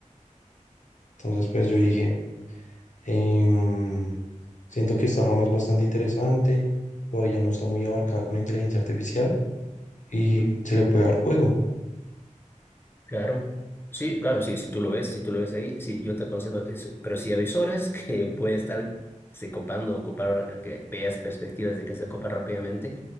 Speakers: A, on the left; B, on the left.
A: Entonces, pues yo dije, em, siento que esta rama es bastante interesante, todavía no está muy abarcada con la inteligencia artificial y
B: Ujú.
A: se le puede dar juego.
B: Claro, sí, claro, sí, si tú lo ves, si tú lo ves ahí, sí, yo te aconsejo eso. Pero si avisoras <laughs> que puede estar se copando, ocupar, que veas perspectivas de que se copa rápidamente,